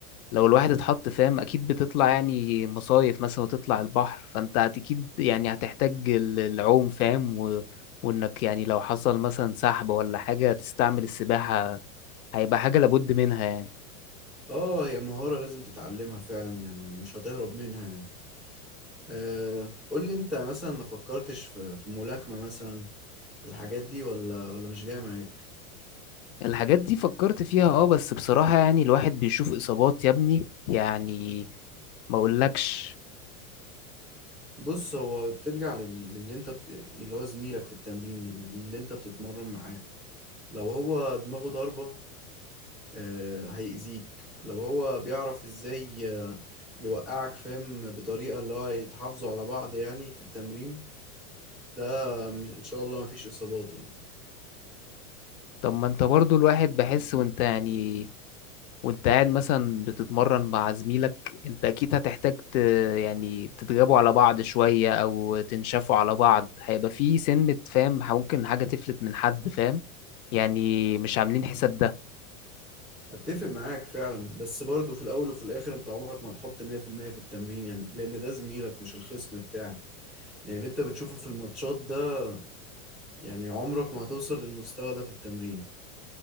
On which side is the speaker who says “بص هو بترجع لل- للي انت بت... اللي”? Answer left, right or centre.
Centre